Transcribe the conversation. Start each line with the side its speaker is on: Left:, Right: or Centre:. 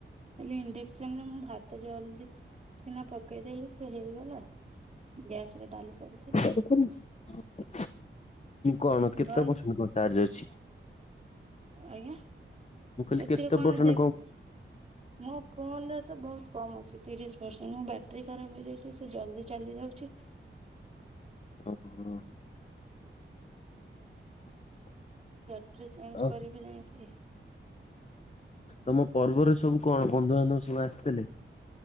Right: ହେଲେ ଇଣ୍ଡକ୍ସନ ରେ ମୁଁ ଭାତ ଜଲଦି ସିନା ପକେଇଦଲି ସେ ହେଇଗଲା। ଗ୍ୟାସ ରେ ଡାଲି କରିଥିନି।
Left: କଣ କେତେ ପରର୍ସେଣ୍ଟଣ
Right: ଭଏସ
Left: କଣ ଚାର୍ଜ ଅଛି?
Right: ଆଜ୍ଞା
Left: ମୁଁ କହିଲି
Right: ସେଥିରେ
Left: କେତେ
Right: କଣ
Left: ପରସେଣ୍ଟ
Right: ଦେଖ ମୋ ଫୋନରେ ତ ବୋହୁତ କମ୍ ଅଛି ତିରିଶ ପରସେଣ୍ଟ ମୋ ବ୍ୟାଟେରୀ ଖରାପ ହେଇଯାଇଛି ସେ ଜଲ୍ଦି ଚାଲିଯାଉଛି।
Left: ଓ ହ <inaudible>
Right: ବ୍ୟାଟରି ଚେଞ୍ଜ
Left: ଆଉ
Right: କରିବି ଯାଇଁକି
Left: ତମ ପର୍ବରେ ସବୁ କଣ ବନ୍ଧୁବାନ୍ଧବ ସବୁ ଆସିଥିଲେ?